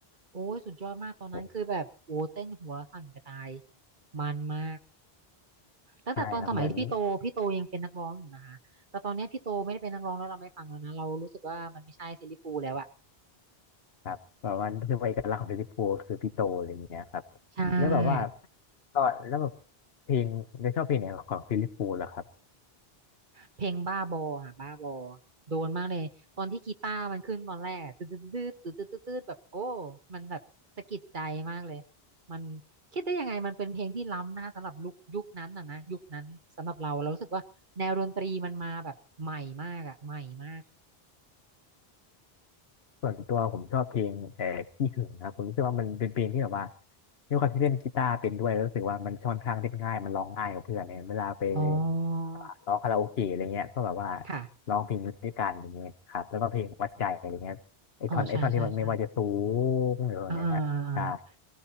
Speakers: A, on the right; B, on the left.
A: โอ้ยสุดยอดมากตอนนั้นคือแบบโอ้เต้นหัวสั่นกระจาย
B: โอ้
A: มันมากตั้งแต่ตอนสมัยที่พี่โตพี่โตยังเป็นนักร้องอยู่นะคะแต่ตอนเนี้ยพี่โตไม่ได้เป็นนักร้องแล้วเราไม่ฟังแล้วนะเรารู้สึกว่ามันไม่ใช่ซิลลี่ฟูลแล้วอะ
B: ใช่ครับเหมือนครับแบบว่าคือเอกลักษณ์ของฟิลิปปูคือพี่โตอะไรอย่างเงี้ยครับ
A: ใช่
B: แล้วแบบว่าก็แล้วแบบเพลงได้ชอบเพลงไหนของฟิลิปปูเหรอครับ
A: เพลงบ้าบออ่ะบ้าบอโดนมากเลยตอนที่กีตาร์มันขึ้นตอนแรกอะตืดตืดตืดตืดตืดตืดแบบโอ้มันแบบสะกิดใจมากเลยมันคิดได้ยังไงมันเป็นเพลงที่ล้ำนะคะสำหรับลุคยุคนั้นอ่ะนะยุคนั้นสำหรับเราเรารู้สึกว่าแนวดนตรีมันมาแบบใหม่มากอ่ะใหม่มาก
B: ส่วนตัวผมชอบเพลงเอ่อขี้หึงนะครับผมรู้สึกว่ามันเป็นเพลงที่แบบว่าด้วยความที่เล่นกีตาร์เป็นด้วยแล้วรู้สึกว่ามันค่อนข้างเล่นง่ายมันร้องง่ายกับเพื่อนเนี่ยเวลาไป
A: อ๋อ
B: อ่าร้องคาราโอเกะอะไรเงี้ยก็แบบว่า
A: ค่ะ
B: ร้องเพลงนี้ด้วยกันอย่างเงี้ยครับแล้วก็เพลงวัดใจอะไรเงี้ยไอท่อนไอท่อนที่มันไม่ว่าจะสู
A: อ๋อใช่ใช่ใช่
B: งหรืออะไรเนี่ยใช่
A: อ่าอ่าอ่าอ่า